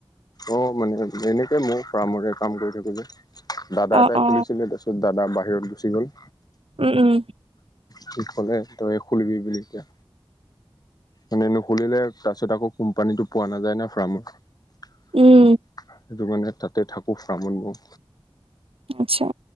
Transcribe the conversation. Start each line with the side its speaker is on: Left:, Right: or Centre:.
Left: অ', মানে এনেকে মই ফ্ৰামৰে কাম কৰি থাকো যে দাদা
Right: অ
Left: এটাই
Right: অ
Left: খুলিছিলে তাৰপিছত দাদা বাহিৰত গুচি গ'ল।
Right: উম উম।
Left: সি কলে তই খুলিবি বুলি এতিয়া। মানে নুখুলিলে তাৰপিছত আকৌ কোম্পানীটো পোৱা নাযায় না ফ্ৰামৰ সেইটো
Right: উম
Left: মানে তাতে থাকো ফ্ৰামত মো
Right: আচ্ছা।